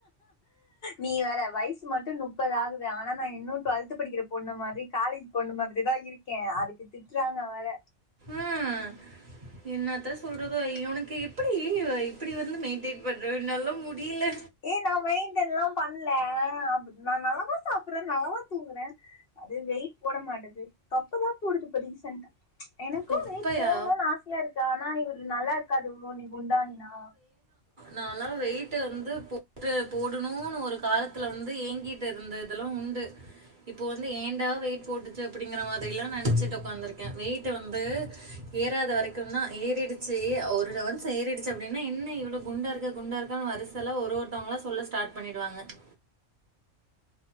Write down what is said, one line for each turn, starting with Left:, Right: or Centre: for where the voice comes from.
Left: நீ வேற வயசு மட்டு முப்பது ஆகுது ஆனா நா இன்னு டுவெல்த் படிக்கிற பொண்ணு மாதிரி காலேஜ் பொண்ணு மாதிரி தா இருக்கே அதுக்கு திட்றாங்க வேற
Right: ம். என்னத்த சொல்றதோ உனக்கு இப்டி இப்டி வந்து மெயின்டெயின் பண்ற என்னால முடியல
Left: ஏ நா மெயின்டென்ல்லா பண்ணல அப்ப நா நல்லா தா சாப்ட்றே நல்லாதா தூங்குறே அது வெயிட் போட மாட்டது தொப்பதா போடுது இப்ப ரீசண்ட்டா எனக்கு
Right: தொப்பையா?
Left: வெய்ட் போடணும்னு ஆசையாருக்கு ஆனா இவர்ரு நல்லா இருக்காது நீ குண்டானீனா
Right: நாலா வெயிட்ட வந்து போட்டு போடணுனு ஒரு காலத்துல வந்து ஏங்கி ட்டு இருந்தெல்லா உண்டு இப்போ வந்து ஏண்டா வெயிட் போட்டுச்சு அப்டிங்கிற மாதிரிலா நெனச்சிட்டு உகாந்துருக்கே வெயிட் வந்து ஏறாத வரைக்கும்னா ஏறிடுச்சு ஒரு ரௌன்ஸ் ஏறிடுச்சு அப்டின்னா என்ன இவ்வளவு குண்டா இருக்கா குண்டாருக்கான்னு வ வருசலல்ல ஒருத்தவங்களா சொல்ல ஸ்டார்ட் பண்ணிடுவாங்க பண்ணிடுவாங்க